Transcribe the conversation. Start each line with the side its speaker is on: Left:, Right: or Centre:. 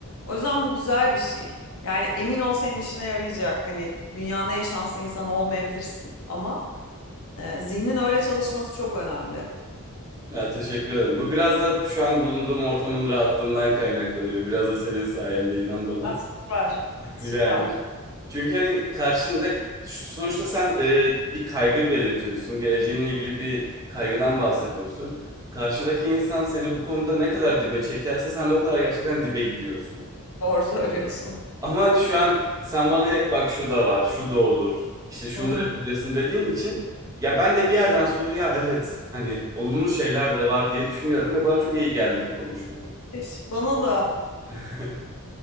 Left: O yüzden bu güzel bir şey. Yani emin ol senin işine yarayacak. Hani dünyanın en şanslı insanı olmayabilirsin ama e, zihnin öyle çalışması çok önemli.
Right: Ya teşekkür ederim. Bu biraz da şu an bulunduğum ortamın rahatlığından kaynaklanıyor. Biraz da senin sayende inan bana.
Left: Aa, süper.
Right: <laughs>
Left: Süper.
Right: Yani Çünkü hani karşında sonuçta sen e, bir kaygı belirtiyorsun. Geleceğinle ilgili bir kaygıdan bahsediyorsun. Karşındaki insan seni bu konuda ne kadar dibe çekerse sen de o kadar gerçekten dibe gidiyorsun.
Left: Doğru söylüyorsun.
Right: Ama hani şu an sen bana hep bak şu da var, şu da olur, işte şunu
Left: Hı hı.
Right: da yapabilirsin dediğin için ya ben de bir yerden sonra ya evet hani olumlu şeyler de var diye düşünüyorum ve bana çok iyi geldi bu konuşma.
Left: Müthiş. Bana da.
Right: <laughs>